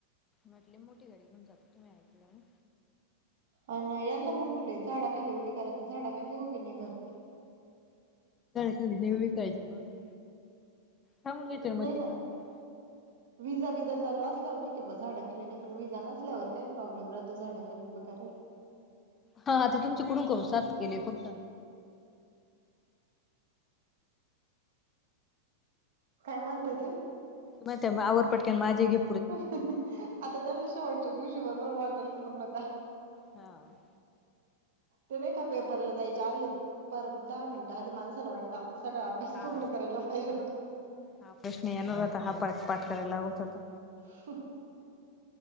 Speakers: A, on the left; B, on the right.
A: म्हटले मोठी गाडी घेऊन जातो तुम्ही ऐकलंून.
B: अ यांना म्हटलेय झाडाखाली उभी करायते झाडाखाली उभी नाही करते.
A: खली कायज पाजून थांबून घ्यायच्या मग
B: नाही
A: तिकडे
B: ना
A: पुडं
B: विजा विजा चाल असल्यावर ठीके ब झाडाखाली नाही पण विजा नसल्यावर काय प्रॉब्लेम राहो झाडा खाली उभ कर.
A: हा ते तुमचे कुडून करू सात केले फक्त
B: काय म्हणते ती.
A: तुम तेववर पटकन माझी ग
B: आता त्यांना श वाटत दिवशी भरोबर वाटेल पूर्ण का.
A: हा.
B: ते नाही का पेपरला जायचारले पर दहा मिनटं आधी माणसाला वाटत. आपण सगळा अभ्यास
A: हा
B: पूर्ण करायला पाहिजे होत.
A: हा प्रश्न येन होता हा प पाठ करायला लागत होता.
B: <unintelligible>